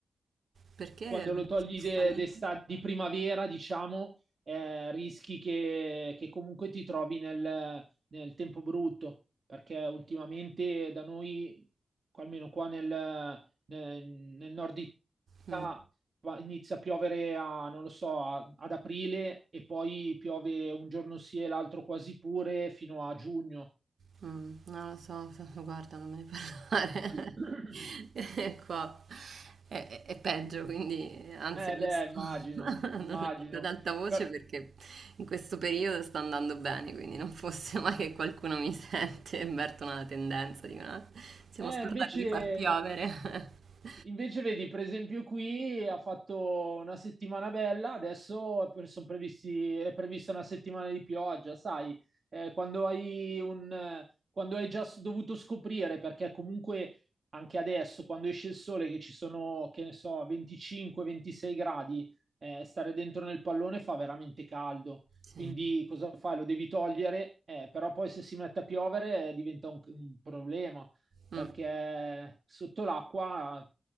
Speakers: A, on the right; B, on the right.
A: Perché
B: quando lo togli
A: c'è questa
B: de-
A: legge?
B: d'estate, di primavera, diciamo, eh, rischi che, che comunque ti trovi nel, nel tempo brutto, perché ultimamente da noi, qua- almeno qua nel, nel- nel nord
A: Mh.
B: Italia, va- inizia a piovere a, non lo so, a- ad aprile e poi piove un giorno sì e l'altro quasi pure fino a giugno.
A: Mh. Non lo so, <laughs> f guarda, non me ne parlare.
B: <clears throat>
A: <laughs> E qua è è è peggio, quindi anzi
B: Eh
A: adesso
B: beh, immagino,
A: <laughs> non
B: immagino.
A: lo dico ad alta voce
B: Per-
A: perché in questo periodo sta andando bene, quindi non fosse mai che qualcuno mi sente e avvertono la tendenza, dicono: "Ah, siamo
B: Eh,
A: scordati
B: invece,
A: di far piovere." <laughs>
B: invece vedi, per esempio qui ha fatto una settimana bella, adesso è pre- son previsti- è prevista una settimana di pioggia, sai, eh, quando hai un, eh, quando hai già s- dovuto scoprire, perché comunque anche adesso, quando esce il sole, che ci sono, che ne so, 25-26 gradi, eh, stare dentro nel pallone fa veramente caldo.
A: Sì.
B: Quindi cosa fai? Lo devi togliere, eh, però poi se si mette a piovere eh, diventa un un problema perché
A: Mh.
B: sotto l'acqua